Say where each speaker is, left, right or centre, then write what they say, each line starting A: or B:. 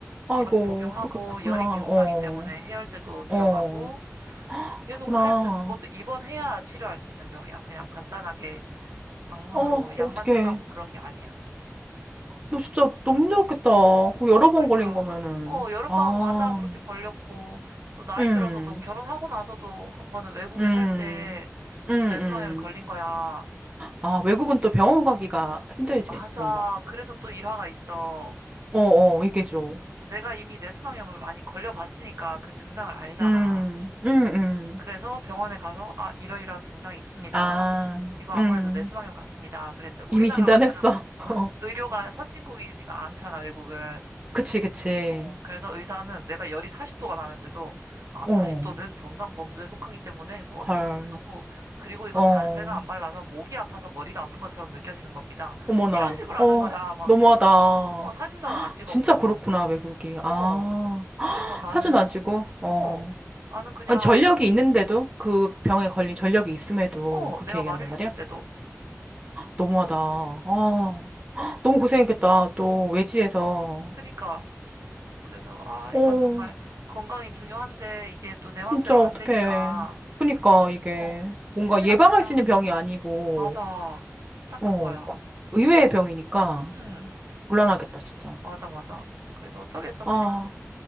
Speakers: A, on the right; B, on the right.
A: 아이고,
B: 약 복용하고,
A: 그렇게 그렇구나.
B: 열이 계속
A: 어,
B: 나기 때문에 해열제도 들어가고,
A: 어,
B: 계속
A: 그렇구나.
B: 하여튼 그것도 입원해야 치료할 수 있는 병이야. 그냥 간단하게. 방문으로
A: 어,
B: 약만
A: 어떡해.
B: 타가고 그런 게 아니야.
A: 너 진짜 너무 힘들었겠다. 그거
B: 어,
A: 여러
B: 그러니까.
A: 번 걸린 거면은.
B: 어, 여름방학마다
A: 아,
B: 그렇게 걸렸고, 또 나이
A: 음,
B: 들어서도 결혼하고 나서도 한 번은 외국에
A: 음,
B: 살 때
A: 음, 음.
B: 또 뇌수방염이 걸린 거야.
A: 아, 외국은 또 병원 가기가 힘들지,
B: 맞아.
A: 뭔가.
B: 그래서 또 일화가 있어.
A: 어, 어, 이게 죠
B: 내가 이미 뇌수방염을 많이 걸려봤으니까 그 증상을 알잖아.
A: 음, 음, 음.
B: 그래서 병원에 가서, 아, 이러이러한 증상이 있습니다.
A: 아,
B: 이거 아무래도
A: 음.
B: 뇌수방염 같습니다. 그랬는데 우리나라만큼
A: 이미 진단했어. <laughs> 어,
B: 의료가 선진국이지가 않잖아, 외국은.
A: 그치, 그치.
B: 어, 그래서 의사는 내가 열이 40도가 나는데도, 아,
A: 어,
B: 40도는 정상 범주에 속하기 때문에 뭐 어쩌고
A: 헐.
B: 저쩌고, 그리고 이거
A: 어,
B: 자세가 안 발라서 목이 아파서 머리가 아픈 것처럼 느껴지는 겁니다.
A: 어머나.
B: 이런 식으로
A: 어,
B: 하는 거야. 막
A: 너무하다.
B: 사진, 어, 사진도 하나 안 찍어보고.
A: 진짜 그렇구나, 외국이.
B: 어,
A: 아,
B: 그래서 나는,
A: 사진 안 찍어? 어.
B: 어, 나는 그냥,
A: 아니, 전력이 있는데도 그 병에 걸린 전력이 있음에도
B: 어,
A: 그렇게
B: 내가
A: 얘기한단
B: 말을
A: 말이야?
B: 했는데도.
A: 너무하다. 아, 너무 고생했겠다. 또 외지에서.
B: 어, 그니까. 그래서, 아,
A: 어,
B: 이건 정말 건강이 중요한데, 이게 또 내 마음대로
A: 진짜 어떡해.
B: 안 되니까,
A: 그니까
B: 어,
A: 이게
B: 어,
A: 뭔가
B: 최대한
A: 예방할
B: 그냥,
A: 수 있는 병이 아니고,
B: 맞아. 딱
A: 어,
B: 그거야.
A: 그 의외의 병이니까
B: 응,
A: 곤란하겠다, 진짜.
B: 맞아, 맞아. 그래서 어쩌겠어.
A: 아,
B: 그냥